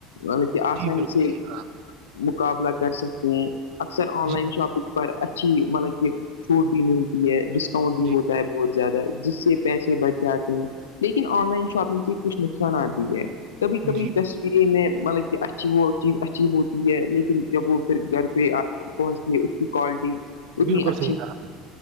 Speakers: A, on the left; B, on the right.
A: مطلب کہ آسانی
B: جی بالکل
A: سے
B: صحیح کہا آپ
A: مقابلہ کر سکتے ہیں اکثر
B: نے
A: آن
B: جی
A: لائن شاپنگ پر اچھی مطلب کہ چھوٹ بھی ملتی ہے ڈسکاؤنٹ بھی
B: جی
A: ہوتا ہے بہت زیادہ جس سے پیسے بچ جاتے ہیں لیکن آن لائن شاپنگ کے کچھ نقصانات بھی ہے کبھی کبھی
B: جی
A: ے میں مطلب کہ اچھی وہ چیز اچھی ہوتی ہے لیکن جب وہ پھر گھر پہ پہنچتی ہے اس کی کوالٹی اتنی
B: بالکل
A: اچھی
B: صحیح کہا آپ نے